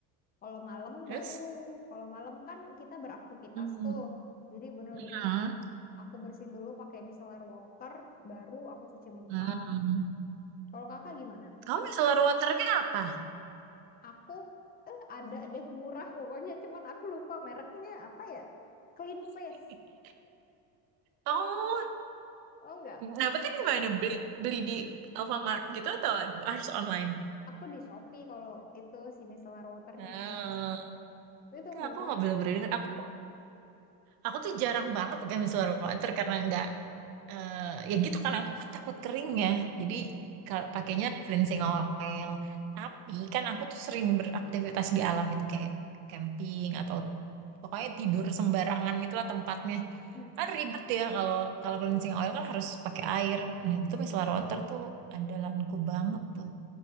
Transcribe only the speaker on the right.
Terus?
Hmm.
Hmm.
Hmm.
Kamu micellar waternya apa?
<laughs>
Oh,
dapetnya di mana? Beli beli di Alfamart gitu atau harus online?
ah,
Kak,
aku nggak belum pernah dengar. Aku aku tuh jarang banget pegang micellar water karena nggak eh, ya gitu karena aku kan takut kering ya. Jadi
kalau pakainya cleansing oil. Tapi kan aku tuh sering beraktivitas di alam gitu kayak camping atau pokoknya tidur sembarangan gitulah tempatnya.
Kan ribet ya kalau kalau cleansing oil kan harus pakai air. Nah, itu micellar water tuh andalanku banget tuh.